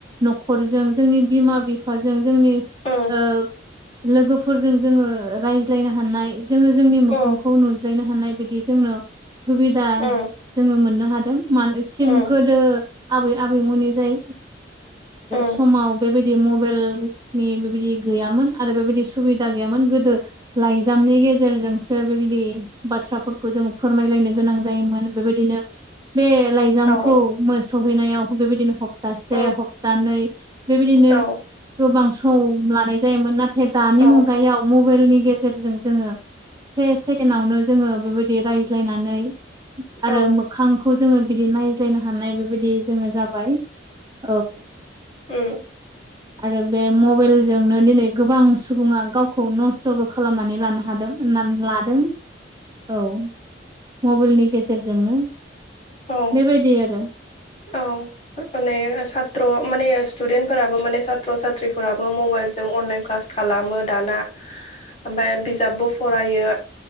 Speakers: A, on the right (about 20°); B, on the left (about 35°).
A: न'खरजों जोंनि बिमा बिफाजों जोंनि
B: उम
A: ओ लोगोफोरजों जोङो रायज्लायनो हानाय। जोङो जोंनि मोखांखौ
B: उम
A: नुज्लायनो हानाय बायदि जोंनो सुबिदा
B: उम
A: जोङो मोननो हादों। मान सिं
B: उम
A: गोदो आबै आबैमोनि जाय
B: उम
A: समाव बेबायदि मबाइलनि बेबायदि गैयामोन आरो बेबायदि सु सुबिदा गैयामोन गोदो लाइजामनि गे जेरजोंसो बेबायदि बाथ्राफोरखौ जों फोरमायलायनो गोनां जायोमोन बेबायदिनो बे लाइजामखौ
B: औ
A: सहैनायाव बेबायदिनो ह प्तासे
B: उम
A: हप्तानै बेबायदिनो
B: औ
A: गोबां सम लानाय जायोमोन ना थाय दानि
B: औ
A: मुगायाव मबाइलनि गेजेरजों जोङो से सेकेणडावनो जोङो बेबायदि रायज्लायनानै आरो
B: औ
A: मोखांखौ जोङो बिदि नायज्लायनो हानाय बेबायदि जोङो जाबाय औ।
B: उम
A: आरो बे मबाइलजोंनो दिनै गोबां सु बुङा गावखौ नस्थ'बो खालामनानै लानो हादों। होननानै लादों औ। मबाइलनि गेजेरजोंनो।
B: औ
A: बेबायदि आरो
B: औ। माने सात्र' माने स्टुडेन्टफोराबो माने सात्र' साथ्रिफोराबो मबाइलजों अनलाइन क्लास खालामो दाना ओमफाय बिजाबबो फरायो।